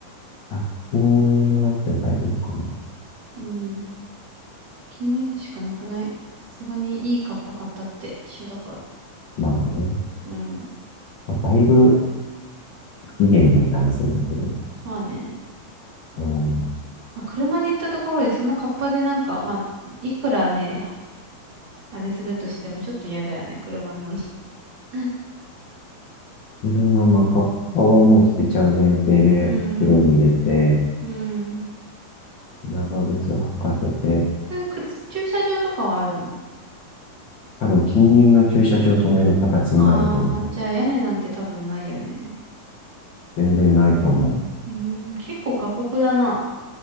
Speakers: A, on the left; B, on the right.
A: 1均のやつで大丈夫かな。
B: うん。100均のやつしかなくない。さすがにいいカッパ買ったって一緒だから。
A: まあね。
B: うん。
A: まあだいぶ不機嫌にはなりそうだけど。
B: まあね。
A: うん。
B: まあ、車で行ったところでそのカッパでなんか、まあ、いくらね、あれするとしてもちょっと嫌だよね。車の。<laughs> うん
A: そのままカッパはもう捨てちゃう前提で袋に入れて、
B: うん。うん。
A: 長靴を履かせて、
B: そういうくる駐車場とかはあるの
A: 多分近隣の駐車場を止める形になると思う。
B: ああー、じゃあ屋根なんて多分ないよね。
A: 全然ないと思う。
B: うーん、結構過酷だな。